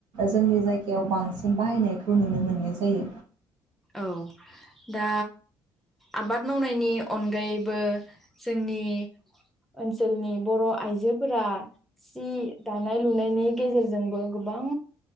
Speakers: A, on the right (about 70°); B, in the centre.
A: जोंनि जायगायाव बां सिन बाहायनायखौ नुनो मोननाय जायो।
B: औ दा आबाद मावनायनि अनगायैबो जोंनि ओनसोलनि बर' आइजोफोरा सि दानाय लुनायनि गेजेरजोंबो गोबां